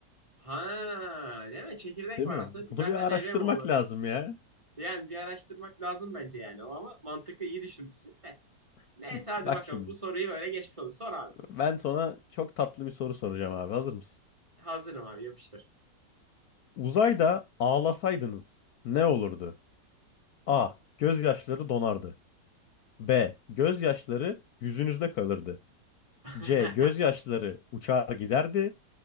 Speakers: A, on the right; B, on the left.
A: Ha, değil mi? Çekirdek
B: Değil
A: var
B: mi?
A: aslında. Biber
B: Bunu bir araştırmak
A: de meyve mi olur?
B: lazım
A: diye.
B: ya.
A: Yani bir araştırmak lazım bence yani. Ama mantıklı iyi düşünmüşsün de.
B: <laughs>
A: Neyse hadi
B: Bak
A: bakalım.
B: şimdi.
A: Bu soruyu böyle geçmiş olduk. Sor abi.
B: Ben sana çok tatlı bir soru soracağım abi. Hazır mısın?
A: Hazırım abi yapıştır.
B: Uzayda ağlasaydınız ne olurdu? A. Gözyaşları donardı. B. Gözyaşları yüzünüzde kalırdı.
A: <laughs>
B: C. Gözyaşları uçar giderdi.